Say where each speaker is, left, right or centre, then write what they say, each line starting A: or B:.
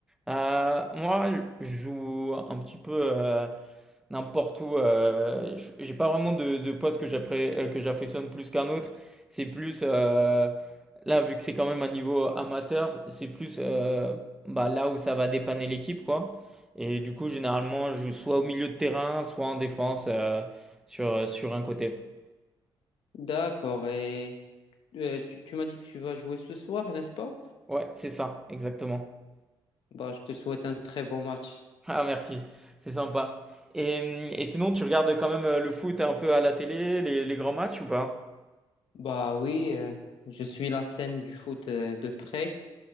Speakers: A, in the centre; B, on the left.
A: Euh, moi, je joue un petit peu euh, n'importe où. euh, j- j'ai pas vraiment de, de poste que j'appré- euh, que j'affectionne plus qu'un autre. C'est plus, euh, là, vu que c'est quand même un niveau amateur, c'est plus euh, bah, là où ça va dépanner l'équipe, quoi. Et du coup, généralement, je joue soit au milieu de terrain, soit en défense euh, sur, sur un côté.
B: D'accord, et Euh, tu, tu m'as dit que tu vas jouer ce soir, n'est-ce pas?
A: Ouais, c'est ça, exactement.
B: Bah, je te souhaite un très bon match.
A: Ah merci, c'est sympa. Et, hum, et sinon, tu regardes quand même euh, le foot un peu à la télé, les, les grands matchs ou pas?
B: Bah oui, euh, je suis la scène du foot euh, de près.